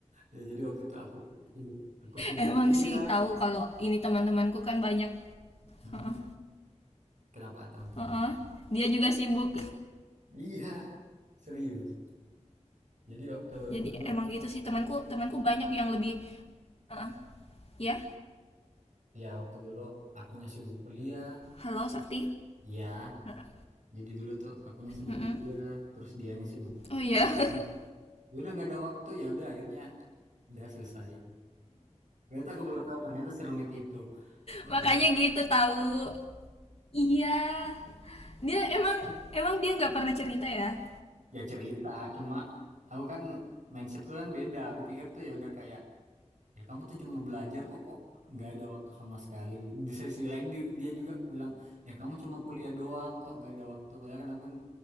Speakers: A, on the right; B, on the left.
A: Ya jadi waktu itu aku sibuk, aku sibuk
B: Emang
A: kuliah.
B: sih tahu kalau ini teman-temanku kan banyak.
A: Mm-mm.
B: Heeh,
A: Kenapa teman-teman?
B: heeh. Dia juga sibuk.
A: Iya, serius. Jadi waktu
B: Jadi
A: dulu,
B: emang gitu sih temanku temanku banyak yang lebih heeh. ya.
A: ya waktu dulu akunya sibuk kuliah,
B: Halo Sakti.
A: Ya,
B: Heeh.
A: jadi dulu tuh akunya sibuk
B: Mm-mm.
A: kuliah, terus dianya sibuk
B: Oh iya.
A: Wah, Mas.
B: <laughs>
A: ya udah nggak ada waktu ya udah akhirnya udah selesai. Ternyata aku baru tahu ternyata serumit itu. Wah,
B: Makanya gitu tahu Iya. Dia emang emang dia nggak pernah cerita ya.
A: Ya cerita, cuma aku kan mindsetku kan beda. Aku pikir tuh ya udah kayak ya kamu tuh cuma belajar kok kok nggak ada waktu sama sekali. Di sisi lain dia, dia juga bilang ya kamu cuma kuliah doang kok nggak ada waktu. Padahal kan aku kan